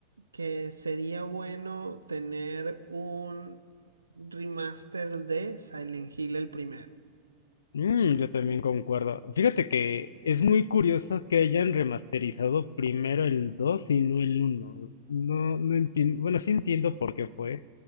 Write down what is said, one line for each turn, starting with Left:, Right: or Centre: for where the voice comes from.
Right: que sería bueno tener un remaster de Silent Hill el primero.
Left: Mm, yo también concuerdo. Fíjate que es muy curioso que hayan remasterizado primero el 2 y no el uno No, no entiendo, bueno, sí entiendo por qué fue.